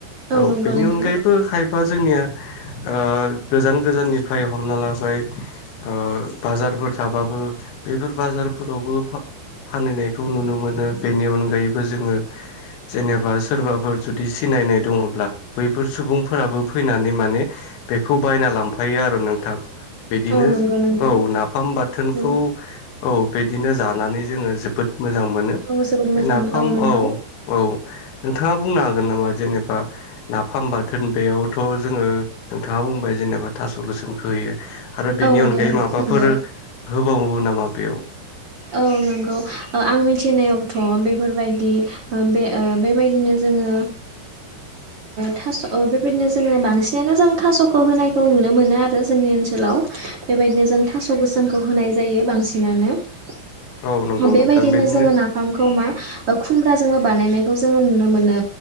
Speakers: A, on the left; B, on the right.
A: औ
B: नंगौ
A: बेनि
B: नोंथां
A: अनगायैबो खायफा जोंनिया ओ गोजान गोजाननिफ्राय हमना लाबाय ओ बाजारफोर थाबाबो बेफोर बाजारफोरावबो फा फानहैनायखौ नुनो मोनो बेनि अनगायैबो जोङो जेनेबा सोरबाफोर जुदि सिनायनाय दङब्ला बैफोर सुबुंफोराबो फैनानै माने बेखौ बायना लांफायो आरो नोंथां बिदिनो
B: औ नंगौ नोंथां
A: औ नाफाम बाथोनखौ
B: नों
A: औ बिदिनो जानानै जोङो जोबोद मोजां मोनो
B: औ जोबोद
A: बे
B: मोजांमोन
A: नाफाम
B: नंगौ
A: औ औ नोंथाङा बुंनो हागोन नामा जेनेबा नाफाम बाथोन बेयावथ' जोङो नोंथाङा बुंबाय जेनेबा थास' गोसोमखो होयो आरो बेनि
B: औ नंगौ
A: अनगायै
B: नोंथां
A: माबाफोर
B: नंगौ
A: होबावो नामा बेयाव
B: औ नोंगौ आं मिथिनायावथ' ओ बेफोरबायदि ओ बे ओ बेबायदिनो जोङो थास' ओ बेबायदिनो जोङो बांसिनानो जों थास'खौ होनायखौ नुनो मोनो आरो जोंनि ओनसोलाव बेबायदिनो जों थास' गोसोमखौ होनाय जायो बांसिन बिनानोम
A: औ नंगौ
B: बेबायदिनो
A: नोंथां बिदिनो
B: जोङो नाफामखौ खुमब्राजों जोङो बानायनायखौ जोङो नुनो मोनो